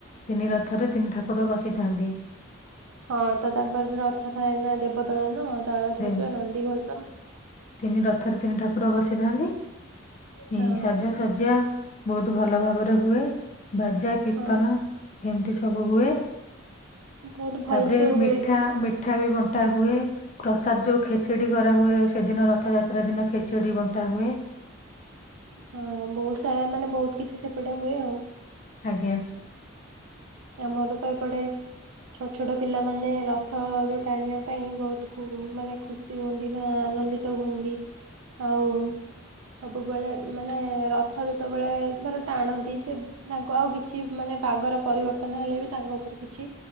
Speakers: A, on the left (about 35°); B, on the right (about 85°).
A: ତିନି ରଥରେ ତିନି ଠାକୁ କୁର ବସିଥାନ୍ତି।
B: ହଁ ତ ତାଙ୍କର ରଥ ଥାଏ ନା ଦେବଦଳନ, ତାଳଧ୍ୱଜ,
A: ଦେ-
B: ନନ୍ଦିଘୋଷ।
A: ତିନି ରଥରେ ତିନି ଠାକୁର ବସିଥାନ୍ତି।
B: ହଁ
A: ଏଇ ସାଜ ଶଯ୍ୟା ବହୁତ ଭଲ ଭାବରେ ହୁଏ। ବାଜା, କୀର୍ତ୍ତନ
B: ହଁ
A: ଏମିତି ସବୁ ହୁଏ।
B: ବହୁତ ଭଲସେ
A: ତାପରେ
B: ହୁଏ
A: ମିଠା ମିଠା ବି ବଣ୍ଟା ହୁଏ। ପ୍ରସାଦ ଯୋଉ ଖେଚେଡି କରାହୁୁଏ ସେଦିନ ରଥଯାତ୍ରା ଦିନ ଖେଚଡି ବଣ୍ଟା ହୁଏ।
B: ହଁ ବହୁତ ସାରା ମାନେ ବହୁତ କିଛି ସେପଟେ ହୁଏ ଆଉ।
A: ଆଜ୍ଞା।
B: ଆମର ତ ଏପଟେ ଛୋଟ ଛୋଟ ପିଲାମାନେ ରଥ ଯେଉଁ ଟାଣିବା ପାଇଁ ବହୁତ ମାନେ ଖୁସି ଖୁସି ହୁଅନ୍ତି ବା ଆନନ୍ଦିତ ହୁଅନ୍ତି ଆଉ ସବୁବେଳେ ମାନେ ରଥ ଯେତେବେଳେ ଧର ଟାଣନ୍ତି ସେ ତାଙ୍କୁ ଆଉ କିଛି ମାନେ ପାଗର ପରିବର୍ତ୍ତନ ହେଲେ ବି ତାଙ୍କ ଉପରେ କିଛି